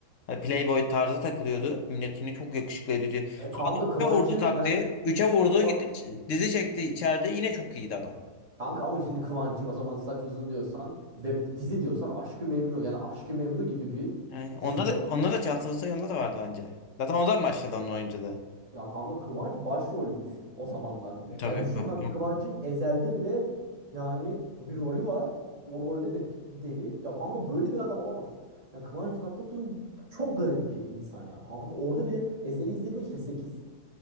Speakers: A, on the left (about 60°); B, on the right (about 25°).
A: hani Playboy tarzı takılıyordu. Millet yine çok yakışıklı ediyordu.
B: E
A: Sonra
B: kanka Kıvanç'ın
A: üçe vurdu taktiği.
B: ben
A: Üçe vurdu
B: ama
A: gitti ç- dizi çekti içeride yine çok iyiydi adam.
B: kanka ama şimdi Kıvanç'ın o zaman saç uzun diyorsan ve dizi diyorsan Aşk-ı Memnu yani Aşk-ı Memnu gibi bir
A: Yani onda
B: dizide
A: da onda da Çağatay Ulusoy onda da vardı bence. Zaten ondan başladı onun oyunculuğu.
B: Ya kanka Kıvanç başrolde düşün o zamanlar bile.
A: Tabii
B: Ya düşün
A: kanka.
B: kanka Kıvanç'ın Ezel'de bile yani bir rolü var. O rolde de deli. Ya kanka böyle bir adam olamaz. Yani Kıvanç Tatlıtuğ çok garip bir insan ya. Kanka orada bile Ezel'i izledin işte 8.